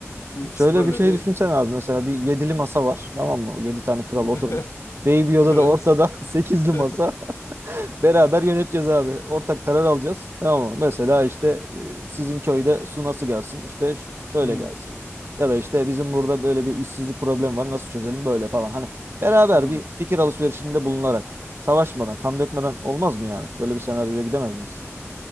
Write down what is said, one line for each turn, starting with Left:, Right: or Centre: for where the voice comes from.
Left: Bu ikisi
Right: Şöyle
Left: böyle
Right: bir şey
Left: bir
Right: düşünsen abi mesela bir yedili
Left: Hı,
Right: masa var. Tamam mı? Yedi tane kral
Left: hı.
Right: oturmuş. Baby
Left: <laughs>
Right: Yoda
Left: Evet.
Right: da ortada <laughs> sekizli
Left: <laughs>
Right: masa. Beraber yöneteceğiz abi. Ortak karar alacağız. Tamam mı? Mesela işte e, sizin köyde su nasıl gelsin? İşte ş- şöyle
Left: Hmm,
Right: gelsin. Ya da işte bizim burada böyle bir işsizlik problemi var. Nasıl çözelim böyle falan. Hani beraber
Left: hmm.
Right: bir fikir alışverişinde bulunarak, savaşmadan, kan dökmeden olmaz mı yani? Böyle bir senaryoya gidemez miyiz?